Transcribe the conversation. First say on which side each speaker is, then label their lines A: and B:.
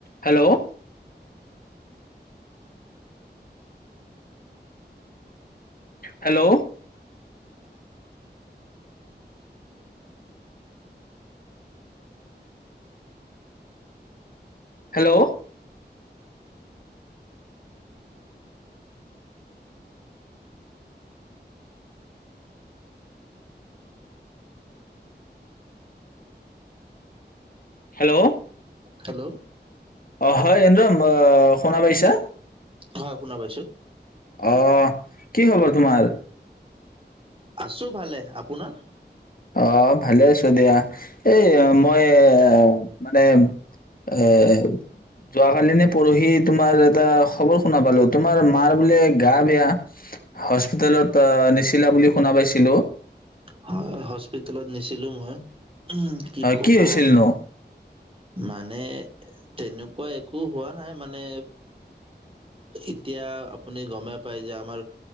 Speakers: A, on the left; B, on the right.
A: Hello hello hello hello
B: hello
A: অ হয় ইন্দ্ৰ শুনা পাইছা
B: হয় শুনা পাইছো।
A: অ কি খবৰ তোমাৰ।
B: আছো ভালে আপোনাৰ।
A: অ ভালে আছো দিয়া এই মৈয়। মানে এ যোৱ কালিনে পৰহি তোমাৰ এটা খবৰ শুনা পালো তোমাৰ মাৰ বোলে গা বেয়া হস্পিতালত নিচিলা বুলি শুনা পাইছিলো।
B: হয় হস্পিতেলত নিছিলো মই। উ কি
A: হয়
B: কব।
A: হৈছিল নো
B: মানে তেনেকুৱা একো হোৱা নাই মানে এতিয়া আপুনি গম পাই যে আমাৰ